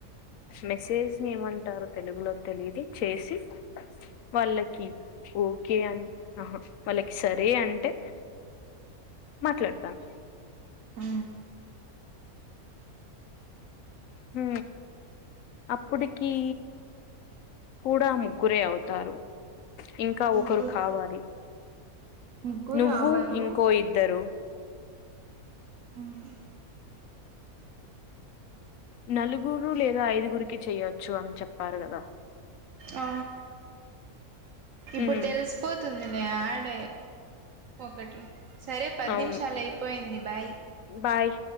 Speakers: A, on the left; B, on the right.
A: మెసేజ్ ని ఏమంటారు తెలుగులో తెలిది చేసి వాళ్ళకి ఓకే అన్ ఆహా వాళ్ళకి సరే అంటే మాట్లాడతాను
B: ఆ
A: హ అప్పుడికి కూడా ముగ్గురే అవుతారు ఇంకా
B: ముగ్గురు
A: ఒకరు కావాలి
B: ముగ్గురు
A: నువ్వు
B: అవరు
A: ఇంకో ఇద్దరు
B: ఉమ్
A: నలుగురు లేదా ఐదుగురికి చెయొచ్చు అని చెప్పారు గదా
B: ఆ ఇప్పుడు
A: ఉమ్
B: తెలిసిపోతుంది ఇ ఆడ ఒకటి సరే పది
A: అవును
B: నిమిషాలు అయిపోయింది బాయ్
A: బాయ్